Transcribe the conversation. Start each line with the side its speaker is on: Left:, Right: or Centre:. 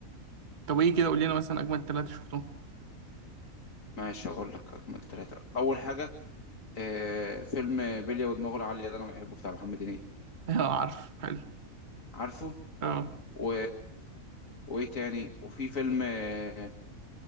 Right: طب ايه كده قول لنا مثلا اجمد ثلاثة شفتهم
Left: ماشي اقول لك اكمل ثلاثه اول حاجه إيه فيلم بلية ودماغه العاليه ده انا بحبه بتاع محمد هنيدي
Right: <laughs> اه عارف حلو
Left: عارفه
Right: اه
Left: و... وايه تاني وفي فيلم إيه